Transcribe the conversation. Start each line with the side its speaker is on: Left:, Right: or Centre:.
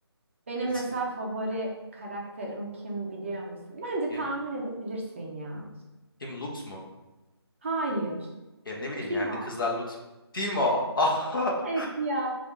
Right: Benim
Left: Eski
Right: mesela favori karakterim kim biliyor musun? Bence tahmin
Left: kim?
Right: edebilirsin ya.
Left: Kim Lux mu?
Right: Hayır.
Left: Ya ne bileyim
Right: Kim
Left: genelde
Right: o?
Left: kızlar Lux. Timo. <laughs>
Right: Evet ya.